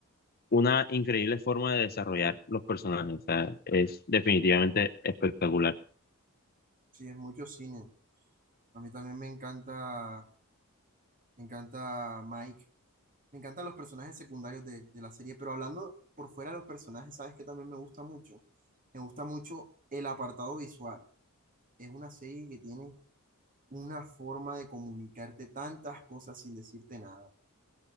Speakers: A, on the left (about 45°); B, on the right (about 40°).
A: una increíble forma de desarrollar los personajes, o sea, es definitivamente espectacular.
B: Sí, es mucho cine. A mí también me encanta, me encanta Mike. Me encantan los personajes secundarios de, de la serie, pero hablando por fuera de los personajes, ¿sabes qué también me gusta mucho? Me gusta mucho el apartado visual. Es una serie que tiene una forma de comunicarte tantas cosas sin decirte nada.